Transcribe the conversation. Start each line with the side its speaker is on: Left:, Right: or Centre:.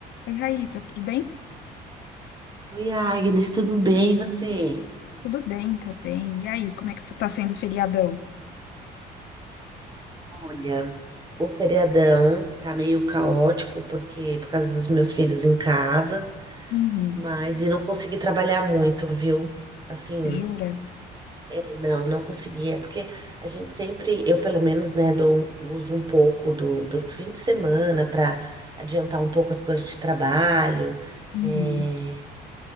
Left: Oi, Raíssa, tudo bem?
Right: Oi, Agnes, tudo bem? E você?
Left: Tudo bem, tô bem. E aí, como é que tá sendo o feriadão?
Right: Olha, o feriadão tá meio caótico porque por causa dos meus filhos em casa,
Left: Uhum,
Right: mas e não consegui trabalhar muito, viu? Assim,
Left: Jura?
Right: é, não, não consegui. É porque a gente sempre, eu pelo menos, né, dou, um, uso um pouco do, do fim de semana para adiantar um pouco as coisas de trabalho.
Left: uhum.
Right: é,